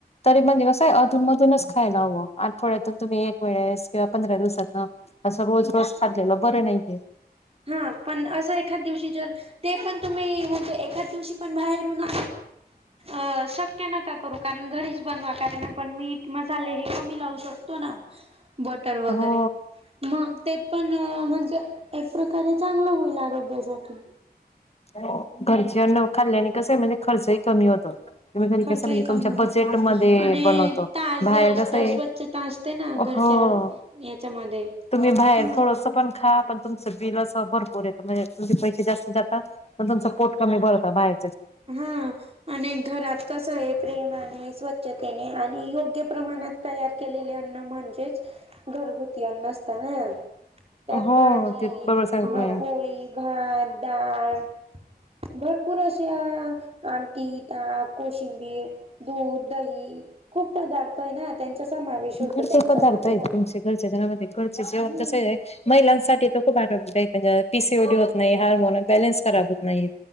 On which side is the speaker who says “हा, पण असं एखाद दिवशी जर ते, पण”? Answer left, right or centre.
Right